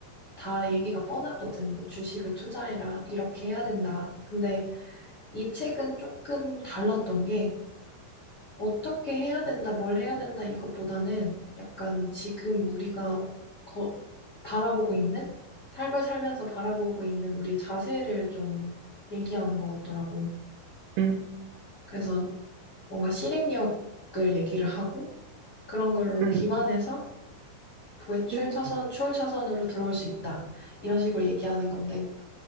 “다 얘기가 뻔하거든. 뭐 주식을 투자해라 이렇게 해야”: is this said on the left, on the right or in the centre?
Left